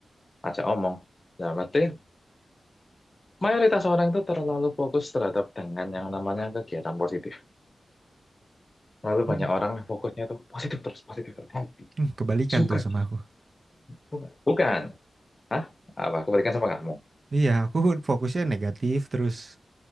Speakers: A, on the left (about 40°); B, on the right (about 50°).
A: ajak omong dalam arti mayoritas orang itu terlalu fokus terhadap dengan yang namanya kegiatan positif lalu
B: Hmm,
A: banyak
B: <laughs>
A: orang yang fokusnya itu positif terus positif terus happy
B: hmm, kebalikan
A: suka
B: tuh sama aku.
A: bukan bukan Hah? apa aku berikan sama kamu
B: Iya, aku fokusnya negatif terus.